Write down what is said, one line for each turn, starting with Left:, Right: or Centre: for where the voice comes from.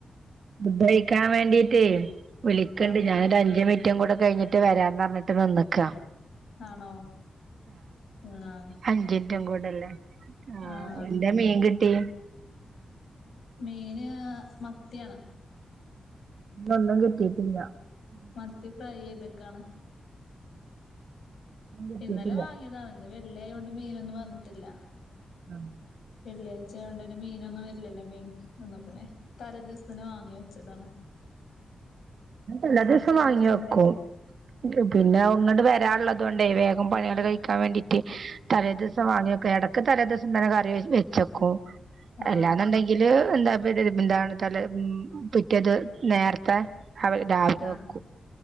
Right: ഫുഡഴിക്കാൻ വേണ്ടീട്ട് വിളിക്കണ്ട്
Left: ആഹ്
Right: ഞാനൊരു അഞ്ച മിനിറ്റ് കുറ്റും കൂടെ കഴിഞ്ഞിട്ട് വരാന്ന് പറഞ്ഞിട്ട് നിന്നക്കാ
Left: ആണോ ആഹ്
Right: അഞ്ചിൻറ്റും കൂടെല്ലേ ആ
Left: ആഹ്
Right: എന്താ മീൻ കിട്ടി
Left: മീന് മത്തിയാണ്
Right: ഇന്ന് ഒന്നും കിട്ടീട്ടില്ല
Left: മത്തി ഫ്രൈ ചെയ്തക്കാണ്
Right: കിട്ടിയിട്ടില്ല
Left: ഇന്നലെ വാങ്ങിയതാണ്. ന്ന് വെള്ള്യാ യോണ്ട് മീനൊന്നും വന്നിട്ടില്ല
Right: ആ
Left: വെള്ളിയാഴ്ച ആയോണ്ടന്നെ മീനൊന്നും വര്ല്ലല്ലോ. മീൻ തൊന്നുംപിന്നെ, തലേ ദിവസം നെ വാങ്ങി വെച്ചതാണ്
Right: എല്ലാ
Left: ഫ്രിഡ്ജില്
Right: ദിവസം വാങ്ങി
Left: കൊറച്ചുണ്ടായിന്
Right: വെക്കും പിന്നെ ങ്ങട് വരാള്ളതോണ്ടേ വേഗം പണികൾ കഴിക്കാൻ വേണ്ടീട്ട് തലേ ദിവസം വാങ്ങിയക്കും എടക്ക് തലേ ദിവസം തന്നെ കറി വെച്ച് വേക്കും
Left: ആഹ്
Right: എല്ലാന്നുണ്ടെങ്കില് എന്താ <unintelligible> എന്താണ് തല് ഉം പിറ്റേ ത് നേർത്തെ അവര് രാവിലെ
Left: ആഹ്
Right: വെക്കു